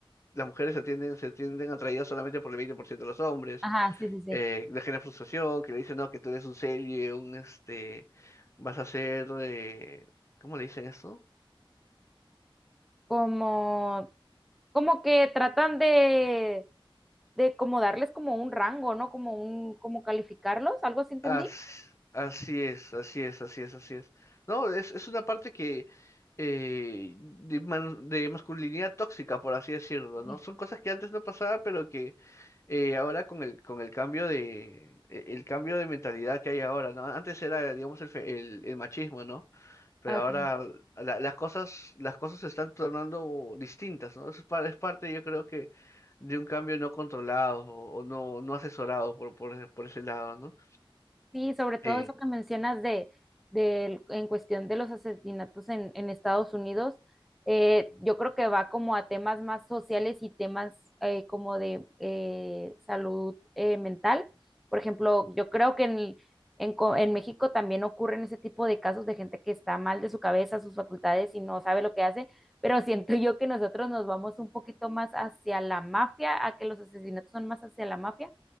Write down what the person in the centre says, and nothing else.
Ajá, sí, sí, sí.
Como, como que tratan de, de como darles como un rango, ¿no? Como un, como calificarlos, algo así entendí.
Sí.
Ah,
ok.
Sí, sobre todo
eso que mencionas de, del- en cuestión de los asesinatos en, en Estados Unidos, eh, yo creo que va como a temas más sociales y temas eh, como de eh, salud eh, mental. Por ejemplo, yo creo que en, en, co- en México también ocurren ese tipo de casos de gente que está mal de su cabeza, sus facultades y no sabe lo que hace, pero <laughs> siento yo que nosotros nos vamos un poquito más hacia la mafia, a que los asesinatos son más hacia la mafia